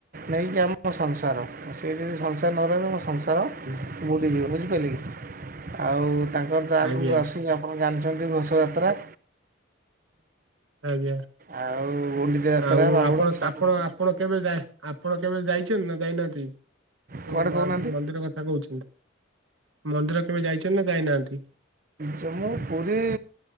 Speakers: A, on the right (about 40°); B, on the right (about 70°).
A: ନେଇକି ଆମ ସଂସାର ସିଏ ଯଦି ସଂସାର ନ ରହିବେ ମୋ ସଂସାର
B: ସେ
A: ବୁଡ଼ିଯିବ ବୁଝିପାରିଲ କି ଆଉ ତାଙ୍କର ତ ଆଗକୁ
B: ଆଜ୍ଞା
A: ଆସିକି ଆପଣ ଜାଣିଛନ୍ତି ଘୋଷ ଯାତ୍ରା
B: ଆଜ୍ଞା
A: ଆଉ ଓଡିଚା ଯାତ୍ରା
B: ଆଉ
A: ବାହୁଡା
B: ଆପଣ
A: ସବୁ
B: ଆପଣ ଆପଣ କେବେ ଯାଇ ଆପଣ କେବେ ଯାଇଛନ୍ତି ନା ଯାଇନାହାନ୍ତି?
A: କୁଆଡ଼େ
B: ମା
A: କହୁନାହାନ୍ତି
B: ମନ୍ଦିର କଥା କହୁଛନ୍ତି ମନ୍ଦିର କେବେ ଯାଇଛ ନା ଯାଇନାହାନ୍ତି?
A: ଜମ୍ମୁ ପୁରୀ